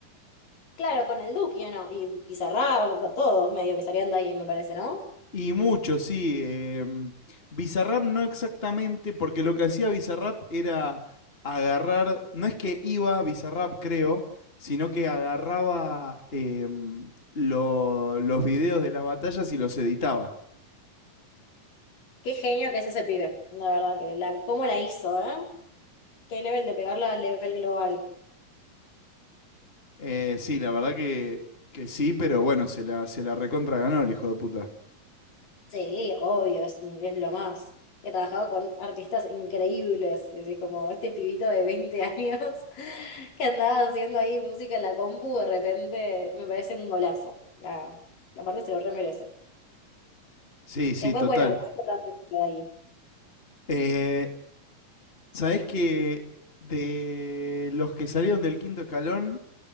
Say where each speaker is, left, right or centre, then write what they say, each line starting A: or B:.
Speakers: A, on the left; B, on the left.
A: Claro, con el Duque, ¿o ¿no? Y Pizarra, todos medio que salieron de ahí, me parece, ¿no?
B: Y mucho, sí. em, Bizarrap no exactamente, porque lo que hacía Bizarrap era agarrar, no es que iba a Bizarrap, creo, sino que agarraba em, lo- los videos de las batallas y los editaba.
A: Qué genio que es ese pibe. La verdad que la, cómo la hizo, ¿eh? Qué nivel de pegarla al nivel global.
B: Eh, sí, la verdad que, que sí, pero bueno, se la, se la recontra ganó el hijo de puta.
A: Sí, obvio, es, un- es lo más. He trabajado con artistas increíbles, es decir, como este pibito de 20 años <laughs> que andaba haciendo ahí música en la compu, de repente me parece un golazo. La, la parte se lo re merece.
B: Sí, sí,
A: Después,
B: total.
A: bueno, otra que queda ahí.
B: Eh, ¿sabés que de los que salieron del quinto escalón,